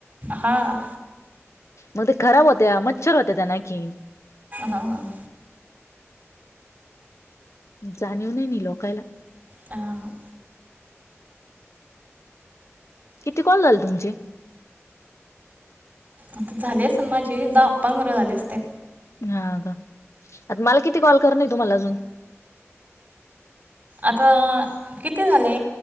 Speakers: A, on the right (about 35°); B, on the left (about 70°).
A: हां
B: म ते खराब होत्या मच्छर होत्या त्यान आंखी.
A: हां.
B: जाणीव नई नी लोकायला.
A: आ ह
B: किती कॉल झाल तुमचे?
A: आता झाले असेन माझे दा पंधरा झाले असतीन.
B: हां गा आत माला किती कॉल करनय तुम्हाला अजून?
A: आता किती झाले?